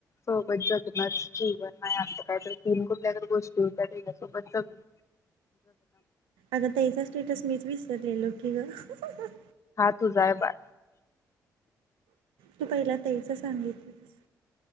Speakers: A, on the left (about 35°); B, on the right (about 70°).
A: सोबत जगनच जीवन नाही असतं कायत तीन कुठल्यारी गोष्टी हो त्या त सोबत जगन.
B: अग ताईचा स्टेटस मीच विसरले. गेलेलो की ग.
A: हा तू जाय बाळ.
B: तू पहिला ताईच सांगितलीस.